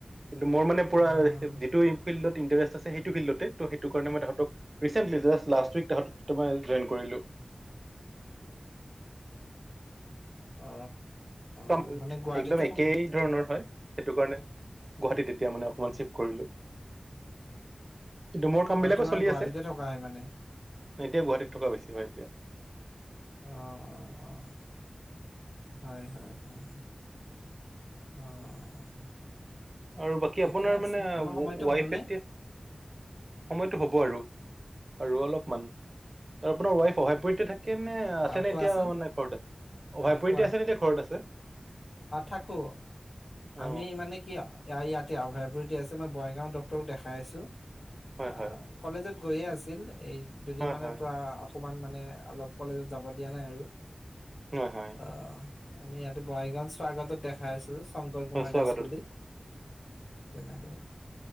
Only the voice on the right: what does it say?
কিন্তু মোৰ মানে পুৰা
যিটো ফিল্ডত ইনষ্টাৰেচেট আছে সেইটো কাৰণেই তাহক ৰিচেন্টলি জাষ্ট লাষ্ট উইক মই জইন কৰিলো।
একদম,
একদম একেই
ধৰণৰ হয়। সেইটো কাৰণে গুৱাহাটীত এতিয়া মানে অকমান চিফ্ট কৰিলো। কিন্তু মোৰ কাম
বিলাকো
চলি
আছে
এতিয়া গুৱাহাটীত
থকা বেছি হয়, এতিয়া
আৰু বাকী
আপোনাৰ
মানে
ৱাইফ
এতিয়া সময়তো হ'ব আৰু আৰু অলপমান আৰু আপোনাৰ ৱাইফ অভায়াপুৰীতে থাকে- নে আছে
নে
এতিয়া মানে ঘৰত অভয়াপুৰীতে
আছে এতিয়া আছে নে এতিয়া ঘৰত আছে।
অ',
হয়,
হয়,
হয়, হয়,
হয়, হয়,
হয়, স্বাগতত।